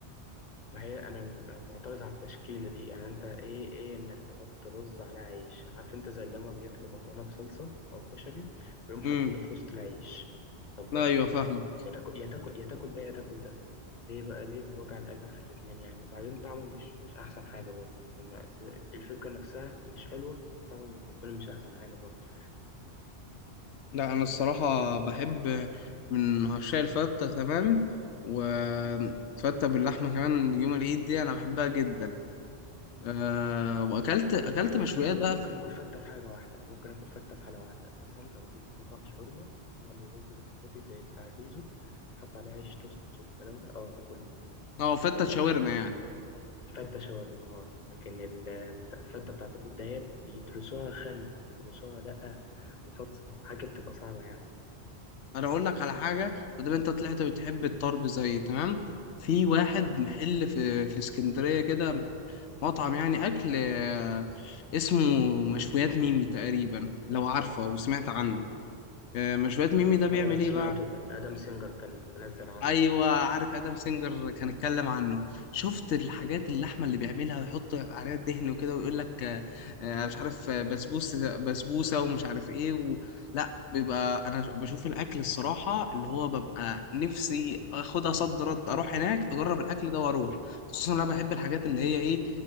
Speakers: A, on the left; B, on the left.
A: ما هي أنا أنا معترض على التشكيلة دي يعني أنت إيه إيه إنك تحط رز على عيش عارف أنت زي لما بياكلوا مكرونة بصلصة أو كشري ويقوم
B: امم
A: حاطينه في وسط العيش طب
B: لا ايوه فاهمه
A: يا تاكل يا تاكل يا تاكل ده يا تاكل ده ليه بقى ليه الوجع القلب في الاتنين يعني وبعدين طعمه مش مش أحسن حاجة برضه يعني الفكرة نفسها مش حلوة والطعم بالنسبة لي مش أحسن حاجة برضه
B: لا انا الصراحة بحب من عشاق الفتة تمام وفتة باللحمة كمان يوم العيد دي انا بحبها جدا أه واكلت اكلت
A: يعني ممكن
B: مشويات
A: آكل
B: بقى
A: ممكن آكل فتة في حاجة واحدة ممكن آكل فتة في حالة واحدة مثلا لو جيت في مطعم شاورما وعملوا رز بسمتي زي بتاع الريزو حط عليه عيش توست والكلام ده اه آكل
B: اه
A: آكل
B: فتة
A: فتة
B: شاورما
A: عادي
B: يعني
A: فتة شاورما اه لكن ال- بتاع- الفتة بتاعت البيت ديت بيدرسوها خل بيدرسوها دقة وصلصة وحاجة بتبقى صعبة يعني
B: انا اقول لك على حاجه ما دام انت طلعت بتحب الطرب زي تمام في واحد محل في في اسكندريه كده مح- مطعم يعني اكل آه، اسمه مشويات ميمي تقريبا لو عارفه او سمعت عنه آه، مشويات ميمي ده بيعمل
A: اه سمعته
B: ايه بقى
A: كان ادم سينجر كان منزل عنه
B: ايوه عارف ادم سينجر كان اتكلم عنه شفت الحاجات اللحمه اللي بيعملها ويحط عليها الدهن وكده ويقول لك آه، آه، مش عارف آه، بسبوسه بسبوسه ومش عارف ايه و... لا بيبقى انا بشوف الاكل الصراحه اللي هو ببقى نفسي اخدها صد رد اروح هناك اجرب الاكل ده واروح خصوصا انا بحب الحاجات اللي هي ايه